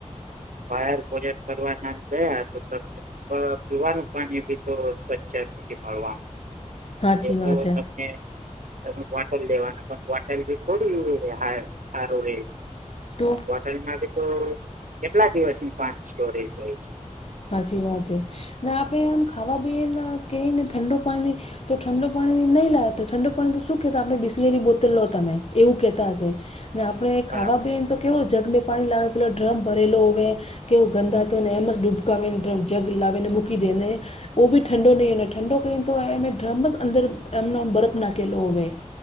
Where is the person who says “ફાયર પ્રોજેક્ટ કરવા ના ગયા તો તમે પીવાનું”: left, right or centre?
Right